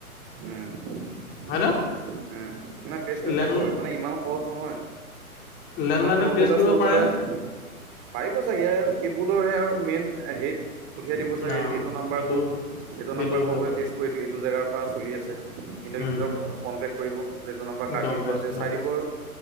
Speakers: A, on the right (about 25°); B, on the left (about 20°).
A: উম, উম,
B: হয় ন
A: নাই ত্ৰেছ কৰিব
B: লেন
A: পাৰিব। মানে ইমান সহজ নহয়।
B: লেণ্ডলাইনক
A: মানে ত্ৰুকলাৰে
B: ট্ৰেছ কৰিব
A: চ্ৰুকলাৰে,
B: পাৰেনে
A: পাৰিব চাগে কেবুলৰহে আৰু। মেইন হেৰিত পঠিয়াই দিব চাগে।
B: না
A: এইটো নাম্বাৰ
B: সেইটো
A: ক'ৰ? এইটো
B: সেইটোও
A: নম্বাৰ ক'ৰ হয়?
B: বাৰু
A: ত্ৰেছ কৰি এইটো জেগাৰ পৰা চলি আছে। সিহঁতে
B: উম
A: ইহঁতক কনটেক কৰিব। যে এইটো নাম্বাৰ কাক
B: গম
A: দি থোৱা
B: পাইছো
A: আছে
B: গম
A: চাই দিব আৰু